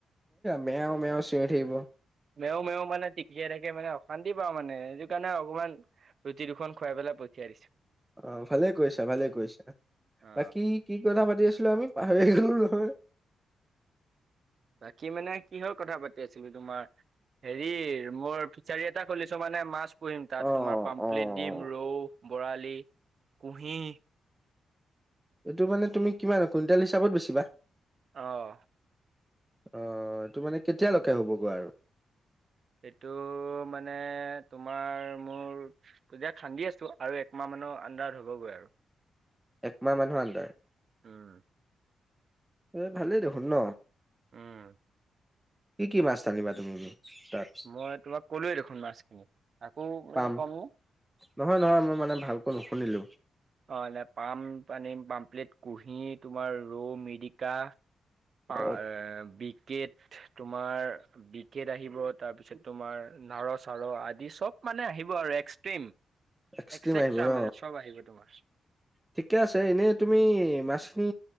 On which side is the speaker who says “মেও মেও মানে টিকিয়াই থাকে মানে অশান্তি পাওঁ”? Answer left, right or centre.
Right